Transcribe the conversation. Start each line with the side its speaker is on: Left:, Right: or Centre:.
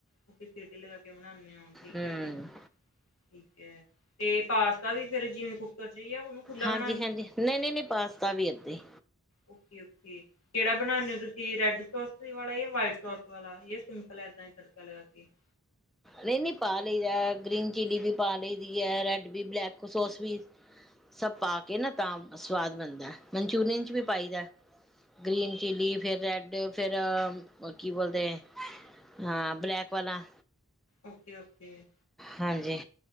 Left: ਤੁਸੀਂ ਸੀਟੀ ਲਗਾ ਕੇ ਬਣਾਉਂਦੇ ਹੋ। ਠੀਕ
Centre: ਹੂੰ
Left: ਆ, ਠੀਕ- ਠੀਕ। ਤੇ ਪਾਸਤਾ ਵੀ ਫਿਰ ਜਿਵੇਂ ਕੁੱਕਰ। ਜਾਂ ਉਹਨੂੰ ਖੁੱਲਾ
Centre: ਹਾਂਜੀ
Left: ਬਣਾਨੇ
Centre: ਹਾਂਜੀ। ਨਹੀਂ ਨਹੀਂ ਨਹੀਂ, ਪਾਸਤਾ ਵੀ ਐਦਾਂ ਹੀ।
Left: ਓਕੇ- ਓਕੇ, ਕਿਹੜਾ ਬਣਾਉਂਦੇ ਹੋ ਤੁਸੀਂ, ਰੈੱਡ ਸੌਸ ਵਾਲਾ ਜਾਂ ਵ੍ਹਾਈਟ ਸੌਸ ਵਾਲਾ? ਫਲਾ ਇਦਾਂ ਹੀ ਤੜਕਾ ਲਗਾ ਕੇ <inaudible>
Centre: ਨਹੀਂ ਨਹੀਂ, ਪਾ ਲਈਦਾ। ਗ੍ਰੀਨ ਚਿੱਲੀ ਵੀ ਪਾ ਲਈਦੀ ਐ, ਰੈੱਡ ਵੀ, ਬਲੈਕ ਸੌਸ ਵੀ। ਸਭ ਪਾ ਕੇ ਨਾ ਤਾਂ ਸਵਾਦ ਬਣਦਾ। ਮੰਚੂਰੀਅਨ 'ਚ ਵੀ ਪਾਈਦਾ। ਗ੍ਰੀਨ ਚਿੱਲੀ ਫਿਰ ਰੈੱਡ। ਫਿਰ ਅ ਕੀ ਬੋਲਦੇ ਹਾਂ ਬਲੈਕ ਵਾਲਾ।
Left: ਓਕੇ-ਓਕੇ,
Centre: ਹਾਂਜੀ